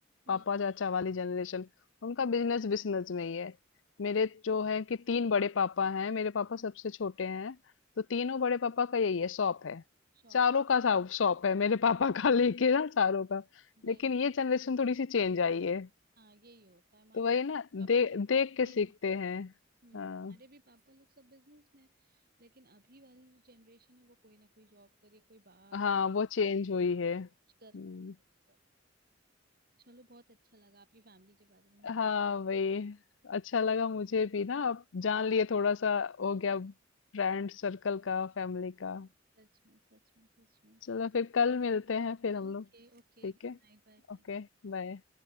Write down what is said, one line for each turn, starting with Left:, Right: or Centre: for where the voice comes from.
Right: हम्म
Left: पापा चाचा वाली जनरेशन, उनका बिजनेस बिजनेस में ही है। मेरे जो है कि 3 बड़े पापा हैं, मेरे पापा सबसे छोटे हैं, तो तीनों बड़े पापा का यही है, शॉप है।
Right: शॉप
Left: चारों का शॉप शॉप है, मेरे पापा का <laughs> लेके ना चारों का।
Right: वही
Left: लेकिन ये जनरेशन थोड़ी सी चेंज आई है।
Right: हाँ यही होता है हमारे
Left: तो वही ना दे,
Right: पापा लोग तो
Left: देख
Right: सब
Left: के
Right: वही
Left: सीखते
Right: है
Left: हैं
Right: हम्म
Left: हाँ
Right: हमारे भी पापा लोग सब बिजनेस में है लेकिन अभी वाली जो जनरेशन है वो कोई ना कोई जॉब करे कोई बाहर
Left: हाँ
Right: है
Left: वो चेंज हुई है हम्म,
Right: कुछ कर कोई कुछ कर चलो बहुत अच्छा लगा आपकी फैमिली के बारे में भी
Left: हाँ वही अच्छा लगा मुझे भी ना अब जान लिए थोड़ा सा हो गया फ्रेंड सर्कल का फैमिली का
Right: सच में सच में सच में
Left: चलो फिर कल मिलते हैं फिर हम
Right: Okay
Left: लोग
Right: okay
Left: ठीक
Right: good
Left: है
Right: night bye bye
Left: ओके बाय